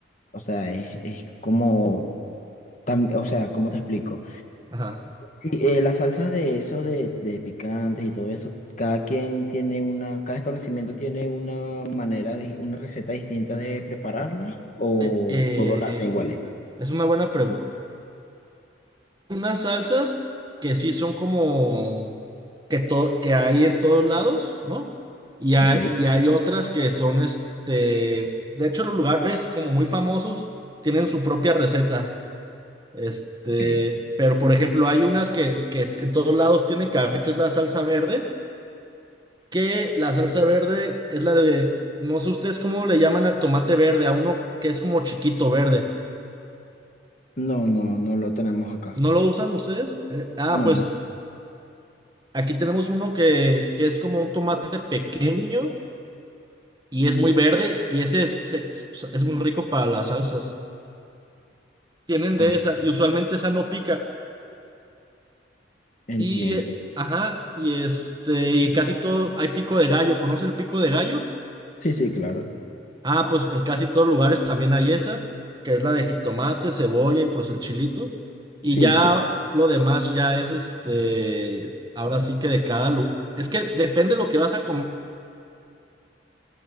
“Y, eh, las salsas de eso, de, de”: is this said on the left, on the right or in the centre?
Left